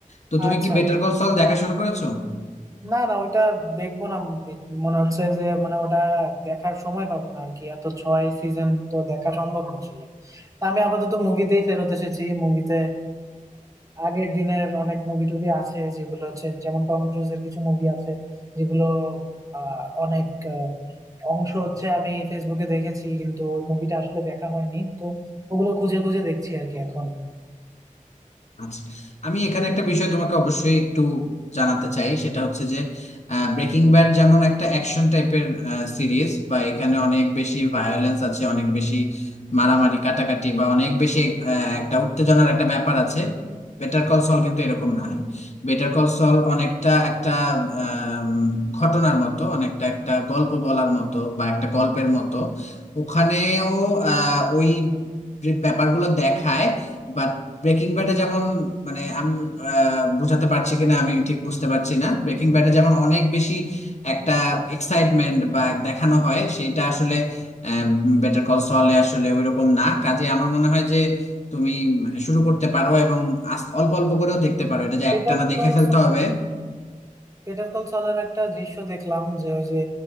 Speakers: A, on the left; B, on the right.
A: তো
B: আচ্ছা
A: তুমি কি বেটার কল সল দেখা শুরু করেছো
B: না না ওইটা দেখবো না বে- মনে হচ্ছে যে মানে ওটা দেখার সময় পাবো না আর কি এত ছয় সিজন তো দেখা সম্ভব না আসলে তা আমি আপাতত মুভিতেই ফেরত এসেছি মুভিতে আগের দিনের অনেক মুভি টুভি আছে যেগুলো হচ্ছে যেমন টম ক্রুজের কিছু মুভি আছে যেগুলো আহ, অনেক আহ, অংশ হচ্ছে আমি ফেসবুকে দেখেছি কিন্তু ওই মুভিটা আসলে দেখা হয়নি তো ওগুলো খুঁজে খুঁজে দেখছি আর কি এখন
A: আচ্ছা আমি এখানে একটা বিষয় তোমাকে অবশ্যই একটু জানাতে চাই সেটা হচ্ছে যে ব্রেকিং ব্যাড যেমন একটা অ্যাকশন টাইপের সিরিজ বা এখানে অনেক বেশি ভায়োলেন্স আছে অনেক বেশি মারামারি কাটাকাটি বা অনেক বেশি আহ, একটা উত্তেজনার একটা ব্যাপার আছে বেটার কল সল কিন্তু এরকম না বেটার কল সল অনেকটা একটা আম, ঘটনার মতো অনেকটা একটা গল্প বলার মতো বা একটা গল্পের মতো ওখানেও আহ, ওই যে ব্যাপারগুলো দেখায় বাট ব্রেকিং ব্যাডে যেমন মানে আমি আহ, বোঝাতে পারছি কিনা আমি ঠিক বুঝতে পারছি না ব্রেকিং ব্যাডে যেমন অনেক বেশি একটা এক্সাইটমেন্ট বা দেখানো হয় সেইটা আসলে বেটার কল সলে আসলে ওইরকম না কাজে আমার মনে হয় যে তুমি মানে শুরু করতে পারো এবং আস্তে- অল্প অল্প করেও দেখতে পারো এটা যে
B: বেটার
A: একটানা দেখে
B: কল
A: ফেলতে হবে
B: পেটার কল সলের একটা দৃশ্য দেখলাম যে ওই যে